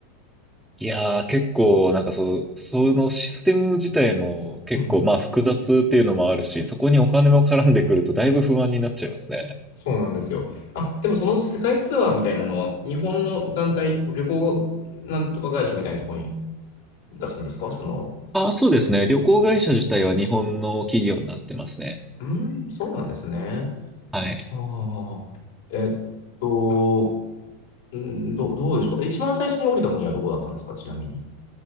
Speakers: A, in the centre; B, on the left.
A: いやー、結構、なんかそう、そのシステム自体も結構、
B: うん
A: まあ複雑っていうのもあるし、そこにお金も絡んでくるとだいぶ不安になっちゃいますね。
B: そうなんですよ。あ、でもその世界ツアーみたいなのは、日本の団体、旅行なんとか会社みたいなところに出すんですかその、
A: ああ、そうですね。旅行会社自体は日本の企業になってますね。
B: うん、そうなんですね。
A: はい。
B: ああ、えっと、うんど、どうでしょうか。一番最初に降りた国はどこだったんですかちなみに。